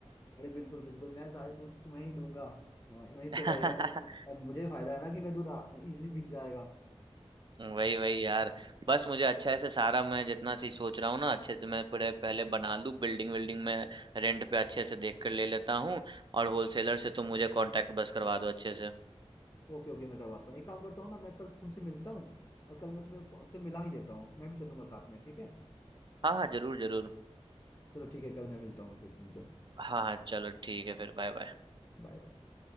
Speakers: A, on the left; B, on the right.
A: अरे बिल्कुल बिल्कुल मैं सारे दूध तो तुम्हें ही दूंगा वहीं वहीं
B: <laughs>
A: पे रहेगा दूध और मुझे फायदा है ना कि मैं दूध इजिली बिक जाएगा
B: वही वही यार बस मुझे अच्छा से सारा मैं जितना चीज सोच रहा हूँ ना अच्छे से मैं पूरे पहले बना लूँ बिल्डिंग विल्डिंग में रेंट पे अच्छे से देख कर ले लेता हूँ और होलसेलर से तुम मुझे कांटेक्ट बस करवा दो अच्छे से
A: ओके ओके मैं करवाता हूँ एक काम करता हूँ ना मैं कल तुमसे मिलता हूँ और कल मैं तुम्हें कौन से मिला ही देता हूँ मैं भी चलूंगा साथ में ठीक है
B: हाँ हाँ जरूर जरूर
A: चलो ठीक है कल मैं मिलता हूँ फिर तुमसे
B: हाँ हाँ चलो ठीक है फिर बाय बाय
A: Bye bye